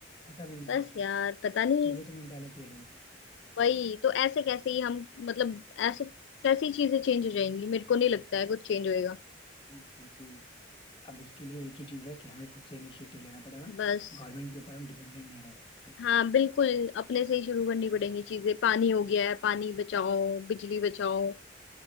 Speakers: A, on the left; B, on the left.
A: ऐसा भी नहीं
B: बस
A: सोचते
B: यार पता नहीं
A: तो ये तो मेंटेलिटी है लोगों की
B: वही तो ऐसे कैसे ही हम मतलब ऐसे कैसी चीजें चेंज हो जाएंगी मेरे को नहीं लगता है कुछ चेंज होएगा
A: एग्जैक्टली अब इसके लिए एक ही चीज है कि हमें खुद से इनिशिएटिव लेना पड़ेगा
B: बस
A: गवर्नमेंट के ऊपर हम डिपेंडेंट नहीं रह सकते
B: हाँ बिल्कुल अपने से ही शुरू करनी पड़ेंगी चीजें पानी हो गया है पानी बचाओ बिजली बचाओ